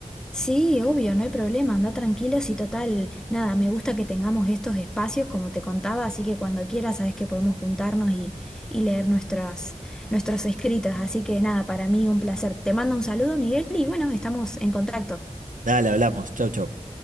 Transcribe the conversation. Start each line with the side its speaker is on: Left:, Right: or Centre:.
Centre: Sí, obvio, no hay problema, anda tranquilos y total, nada, me gusta que tengamos estos espacios como te contaba, así que cuando quieras sabes que podemos juntarnos y, y leer nuestras, nuestros escritos, así que nada, para mí un placer. Te mando un saludo, Miguel, y bueno, estamos en contacto.
Right: Dale, hablamos. Chau, chau.